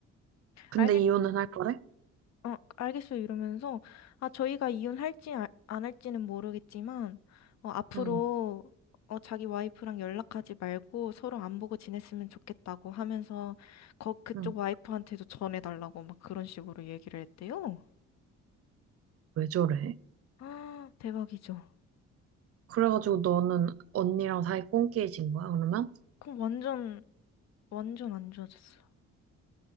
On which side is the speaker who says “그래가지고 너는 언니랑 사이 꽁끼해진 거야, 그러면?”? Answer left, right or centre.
Right